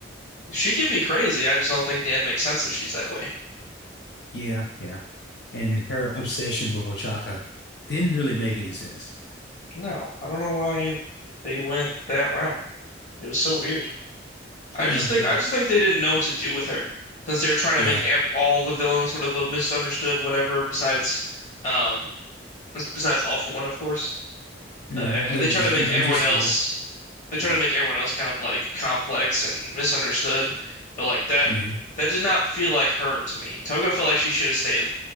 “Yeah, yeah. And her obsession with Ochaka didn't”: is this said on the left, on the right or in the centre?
Left